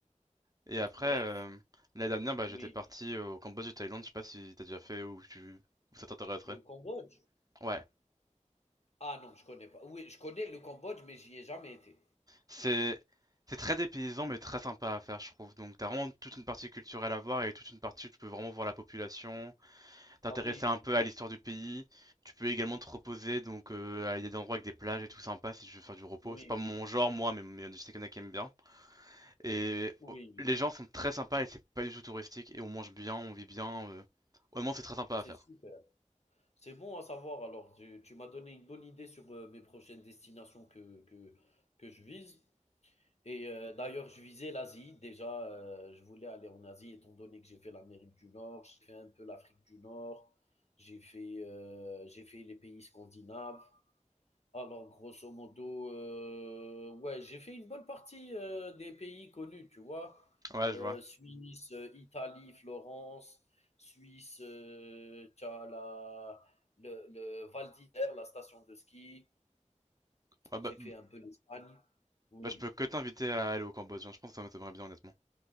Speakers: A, on the right (about 30°); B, on the left (about 55°).
A: Et après,
B: Bref,
A: euh, l'année dernière, bah,
B: oui.
A: j'étais parti au Cambodge de Thaïlande. Je sais pas si t'as déjà fait ou tu... ou ça t'intéresserait.
B: Le Cambodge?
A: Ouais.
B: Ah non, je connais pas. Oui, je connais le Cambodge, mais j'y ai jamais été.
A: C'est c'est très dépaysant, mais très sympa à faire, je trouve. Donc, t'as vraiment toute une partie culturelle à voir et toute une partie où tu peux vraiment voir la population, t'intéresser
B: Ah oui,
A: un peu à l'histoire du pays. Tu peux également te reposer. Donc, euh, il y a des endroits avec des plages et tout sympa si tu veux faire du repos.
B: oui,
A: C'est pas mon
B: oui,
A: genre, moi, mais, mais je sais qu'il y en a qui aiment bien. Et
B: oui,
A: oh,
B: oui.
A: les gens sont très sympas et c'est pas du tout touristique. Et on mange bien, on vit bien. euh. Vraiment, c'est très sympa
B: C'est
A: à faire.
B: super. C'est bon à savoir. Alors, tu, tu m'as donné une bonne idée sur euh, mes prochaines destinations que, que, que je vise. Et euh, d'ailleurs, je visais l'Asie. Déjà, euh, je voulais aller en Asie, étant donné que j'ai fait l'Amérique du Nord, j'ai fait un peu l'Afrique du Nord, j'ai fait, euh, j'ai fait les pays scandinaves. Alors, grosso modo, euh, ouais, j'ai fait une bonne partie euh, des pays connus, tu vois.
A: Ouais,
B: Euh,
A: je vois.
B: Suisse, euh, Italie, Florence, Suisse, euh, t'as la- le, le Val d'Isère, la station de ski.
A: Ouais,
B: J'ai
A: bah,
B: fait un peu l'Espagne. Oui,
A: bah, je peux que t'inviter à aller au Cambodge. hein. Je pense que ça m'aimerait bien, honnêtement.